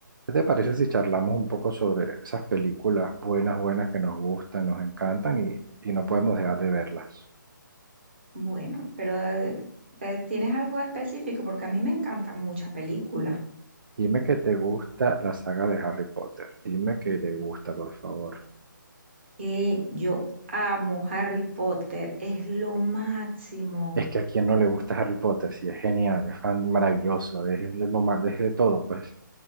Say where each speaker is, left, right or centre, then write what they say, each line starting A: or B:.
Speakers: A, on the right (about 75°); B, on the right (about 35°).
A: ¿Qué te parece si charlamos un poco sobre esas películas buenas, buenas que nos gustan, nos encantan y, y no podemos dejar de verlas?
B: Bueno, pero eh, eh, ¿tienes algo específico? Porque a mí me encantan muchas películas.
A: Dime que te gusta la saga de Harry Potter. Dime que te gusta, por favor.
B: Que yo amo Harry Potter, es lo máximo.
A: Es que a quién no le gusta Harry Potter, si es genial, es fan maravilloso, es lo más, es de todo, pues.